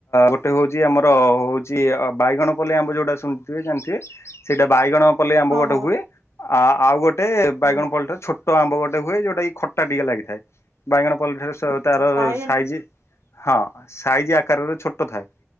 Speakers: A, on the left; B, on the right.
A: ଗୋଟେ ହଉଛି ଆମର ହଉଛି ବାଇଗଣ ପଳେଇ ଆମ୍ବ ଯୋଉଟା ଶୁଣିଥିବେ, ଜାଣିଥିବେ, ସେଇଟା ବାଇଗଣ ପଲେଇ ଆମ୍ବ
B: ହଁ
A: ଗୋଟେ
B: ହଁ
A: ହୁଏ ଆ ଆଉ ଗୋଟେ ବାଇଗଣ
B: ହଁ
A: ପଲଟା ଛୋଟ ଛୋଟ ଆମ୍ବ ଗୋଟେ ହୁଏ, ଯୋଉଟା କିି ଖଟା ଟିକେ ଲାଗିଥାଏ, ବାଇଗଣ ପଲେଇ ଠାରୁ
B: ଆଚ୍ଛା
A: ତାର
B: ବାଇଗଣ
A: ସାଇଜ ହଁ ସାଇଜ ଆକାରରେ ଛୋଟ ଥାଏ